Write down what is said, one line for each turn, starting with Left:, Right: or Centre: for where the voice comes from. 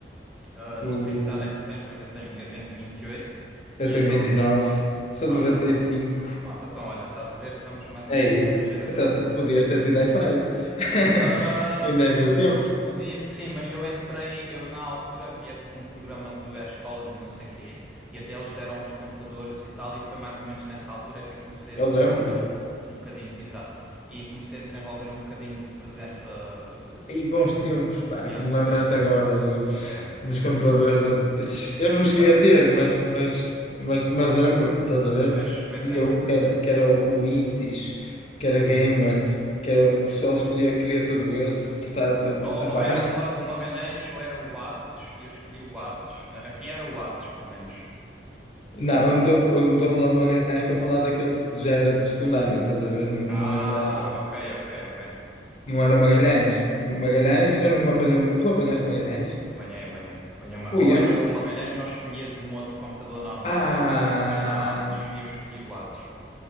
Centre: Ah, não
Left: O,
Centre: sei que idade é que tu tens, mas eu tenho, eu tenho 28
Left: eu
Centre: e
Left: tenho
Centre: então,
Left: vinte e nove sou
Centre: pronto,
Left: de noventa
Centre: então.
Left: e cinco
Centre: Pronto, então olha, estás a ver, somos mais ou
Left: É
Centre: menos
Left: isso.
Centre: da mesma geração.
Left: Então, tá- podias ter tido i5. <laughs>
Centre: Ah,
Left: Ainda
Centre: po-
Left: és do tempo.
Centre: podia, sim, mas eu entrei, eu na altura havia aqui um programa do escolas e não sei quê, e até eles deram os computadores e tal, e foi mais ou menos nessa altura que eu comecei a
Left: Eu
Centre: desenvolver
Left: lembro-me.
Centre: um, um bocadinho, exato, e comecei a desenvolver um bocadinho de presença eh,
Left: E bons tempos,
Centre: social.
Left: pá, que me lembraste
Centre: Pois é,
Left: agora do,
Centre: pois é,
Left: dos
Centre: um bocadinho,
Left: computadores. do- do- eu não
Centre: exato,
Left: cheguei a ter, mas, mas, mas, mas lembro-me, estás a ver?
Centre: pois, pois
Left: Havia
Centre: é.
Left: um que era, que era o o Insys, que era gamer, que era o pessoal escolhia, queria tudo esse, o portátil.
Centre: Ou,
Left: Ah, pá,
Centre: ou era
Left: acho
Centre: o
Left: que.
Centre: Ma- o Magalhães ou era o Oasis, e eu escolhi o Oasis. Aqui era o Oasis, pelo menos.
Left: Não, eu não estou eu não estou a falar de Magalhães, estou a falar daqueles que já era de secundário, estás a ver? Não,
Centre: Ah,
Left: não era.
Centre: ok, ok, ok.
Left: Não era o Magalhães. O Magalhães, eu não apanhei. o Tu apanhaste o Magalhães?
Centre: Apanhei, apanhei. apanhei uma...
Left: Ui,
Centre: Ou
Left: eu...
Centre: era o Magalhães ou escolhias um outro computador normal
Left: Ah,
Centre: que era um computador da Asus e eu escolhi o Asus.